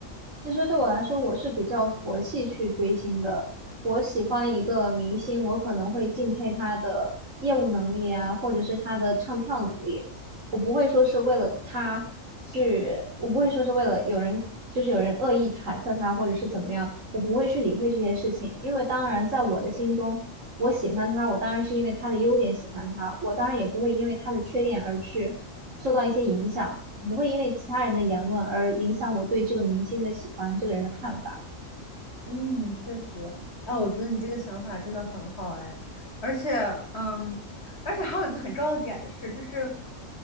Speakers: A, on the right; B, on the left.
A: 其实对我来说，我是比较佛系去追星的。我喜欢一个明星，我可能会敬佩他的业务能力啊，或者是他的唱跳能力。我不会说是为了他去，我不会说是为了有人，就是有人恶意揣测他或者是怎么样，我不会去理会这些事情。因为当然，在我的心中，我喜欢他，我当然是因为他的优点喜欢他，我当然也不会因为他的缺点而去。受到一些影响，不会因为其他人的言论而影响我对这个明星的喜欢，这个人的看法。
B: 嗯，确实，哎，我觉得你这个想法真的很好，哎，而且，嗯，而且还有一个很重要的点的是，就是，